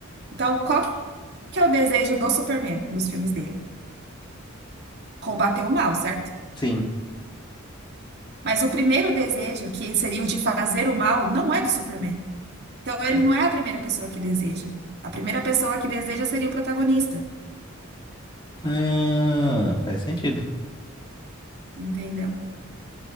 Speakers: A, on the right; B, on the left.
A: Então, qual que é o desejo do Superman nos filmes dele? Combater o mal, certo?
B: Sim.
A: Mas o primeiro desejo, que seria o de fazer o mal, não é do Superman. Então, ele
B: É.
A: não é a primeira pessoa que deseja. A primeira pessoa que deseja seria o protagonista,
B: Ah, faz sentido.
A: entendeu?